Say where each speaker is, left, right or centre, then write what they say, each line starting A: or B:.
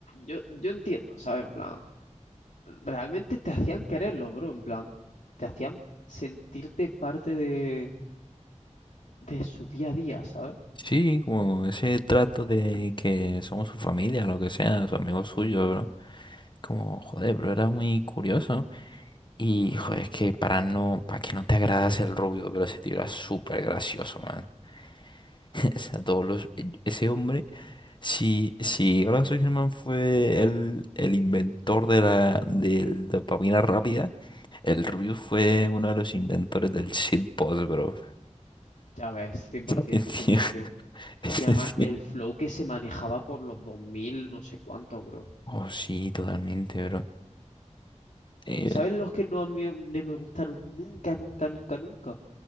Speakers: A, on the left; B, on the left.
A: yo, yo entiendo, ¿sabes? En plan, realmente te hacían quererlo, bro, en plan, te hacían sentirte parte de, de su día a día, ¿sabes?
B: Sí, como ese trato de que somos su familia, lo que sea, su amigo suyo, bro. Como, joder, bro, era muy curioso. Y, joder, es que para no, para que no te agradas el rubio, pero ese tío era súper gracioso, man. <laughs> O sea, todos los, ese hombre, si, si Horacio Germán fue el, el inventor de la, de la dopamina rápida, el rubio fue uno de los inventores del shitpost, bro.
A: Ya ves, cien cien, por
B: <laughs>
A: ciento,
B: Ese
A: cien
B: tío-
A: por 100%.
B: ese
A: Y además,
B: tío-
A: el flow que se manejaba por los 2000 no sé cuánto, bro.
B: Oh, sí, totalmente, bro. Eh,
A: ¿Sabes los que no a mí no me gustaron nunca, nunca, nunca, nunca?